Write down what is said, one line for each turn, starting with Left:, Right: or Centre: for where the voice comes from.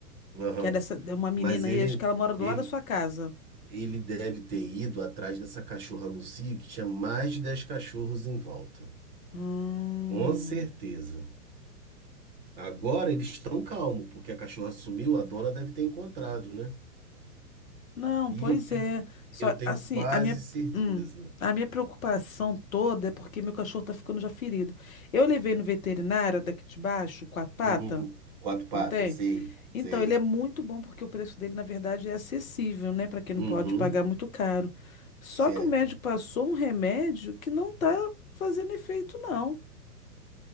Right: aham.
Left: que é dessa, é uma menina
Right: Mas ele,
Left: aí, acho que ela mora do
Right: ele,
Left: lado da sua casa.
Right: ele deve ter ido atrás dessa cachorra no cio, que tinha mais de 10 cachorros em volta.
Left: Hum.
Right: Com certeza. Agora eles estão calmos, porque a cachorra sumiu, a dona deve ter encontrado, né?
Left: Não,
Right: E
Left: pois
Right: eu tenho,
Left: é.
Right: eu
Left: Só,
Right: tenho
Left: assim,
Right: quase
Left: a minha,
Right: certeza.
Left: hum, a minha preocupação toda é porque meu cachorro tá ficando já ferido. Eu levei no veterinário daqui de baixo, quatro patas.
Right: Uhum. Quatro patas,
Left: Não tem?
Right: sei,
Left: Então,
Right: sei.
Left: ele é muito bom porque o preço dele, na verdade, é acessível, né, para quem
Right: Uhum,
Left: não pode pagar muito caro. Só
Right: certo.
Left: que o médico passou um remédio que não tá fazendo efeito, não.